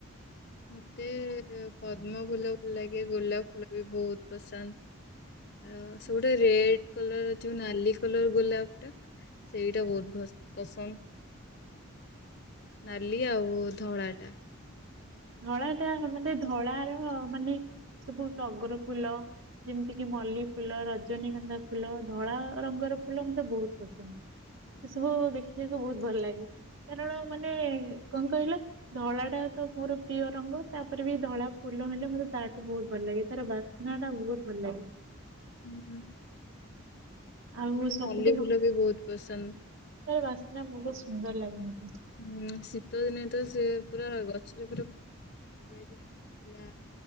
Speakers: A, on the left; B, on the right.
A: ମତେ-ଏ-ଏ-ଏ ପଦ୍ମ ଫୁଲ ଭଲ ଲାଗେ, ଗୋଲାପ ଫୁଲ ବି ବହୁତ ପସନ୍ଦ। ଆଉ ସେଇ ଗୁଡ଼ା ରେଡ୍ କଲର ଯୋଉ ନାଲି କଲର ଗୋଲାପ ଟା ସେଇଟା ବହୁତ ପ ପସନ୍ଦ, ନାଲି ଆଉ ଧଳା ଟା।
B: ଧଳା ଟା ମତେ ଧଳା ର ମାନେ ସବୁ ଟଗର ଫୁଲ ଯେମିତିକି ମଲ୍ଲୀ ଫୁଲ, ରଜନୀଗନ୍ଧା ଫୁଲ ଧଳା ରଙ୍ଗର ଫୁଲ ମତେ ବହୁତ ପସନ୍ଦ। ଏ ସବୁ ଦେଖିବାକୁ ବହୁତ ଭଲ ଲାଗେ କାରଣ ମାନେ କଣ କହିଲ ଧଳା ଟା ତ ମୋର ପ୍ରିୟ ରଙ୍ଗ ତାପରେ ବି ଧଳା ଫୁଲ ହେଲେ ମତେ ତାଠୁ ବହୁତ ଭଲ ଲାଗେ ତାର ବା ସ୍ନା ଟା ବହୁତ ଭଲ ଲାଗେ।
A: ହୁଁ
B: ଆଉ
A: ମତେ
B: ସବୁଠୁ
A: ମଲ୍ଲୀ ଫୁଲ ବି ବହୁତ ପସନ୍ଦ।
B: ତାର ବାସ୍ନା ବହୁତ ସୁନ୍ଦର ଲାଗେନି।
A: ହୁଁ ଶୀତ ଦିନେ ତ ସେ ପୁରା ଗଛରେ ପୁରା। ମୁଁ ଏଠି ଗଛ ଥିଲା।